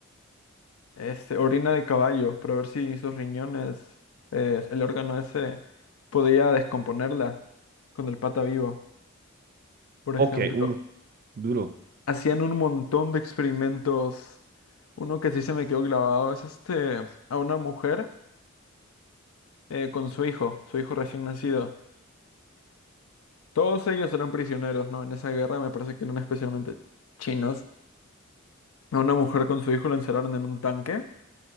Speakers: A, on the left; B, on the right.
A: Este, orina de caballo, para ver si sus riñones, eh, el órgano ese, podía descomponerla con el pata vivo. Por
B: ok,
A: ejemplo,
B: uh, duro,
A: hacían un montón de experimentos. Uno que sí se me quedó grabado es este, a una mujer eh, con su hijo, su hijo recién nacido. Todos ellos eran prisioneros, ¿no? En esa guerra me parece que eran especialmente chinos. A una mujer con su hijo lo encerraron en un tanque